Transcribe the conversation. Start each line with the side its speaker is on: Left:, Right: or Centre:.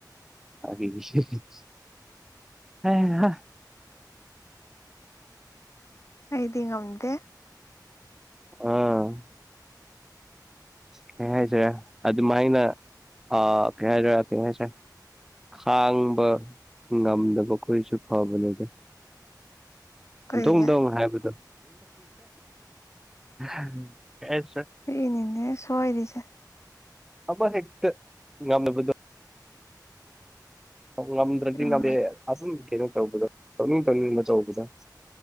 Centre: <unintelligible> ꯍꯩꯍꯥ
Left: ꯑꯩꯗꯤ ꯉꯝꯗꯦ
Centre: ꯎꯨꯝ ꯀꯩ ꯍꯥꯏꯁꯤꯔꯥ ꯑꯗꯨꯃꯥꯏꯅ ꯑꯥ ꯀꯩ ꯍꯥꯏꯁꯤꯔꯥ ꯀꯩ ꯍꯥꯏꯁꯤꯔꯥ ꯈꯥꯡꯕ ꯉꯝꯗꯕꯈꯣꯏꯁꯨ ꯐꯕꯅꯦꯗ
Left: ꯀꯩꯒꯤ
Centre: ꯗꯣꯡ ꯗꯣꯡ ꯍꯥꯏꯕꯗꯣ <unintelligible>
Left: ꯑꯩꯅꯤꯅꯦ ꯁꯣꯏꯔꯤꯁꯦ
Centre: ꯑꯃ ꯍꯦꯛꯇ ꯉꯝꯅꯕꯗꯣ ꯉꯝꯗ꯭ꯔꯗꯤ
Left: ꯏꯃꯥ
Centre: ꯉꯝꯃꯦ ꯑꯗꯨꯝ ꯀꯩꯅꯣ ꯇꯧꯕꯗ ꯇꯧꯅꯤꯡ ꯇꯧꯅꯤꯡꯕ ꯇꯧꯕꯗꯣ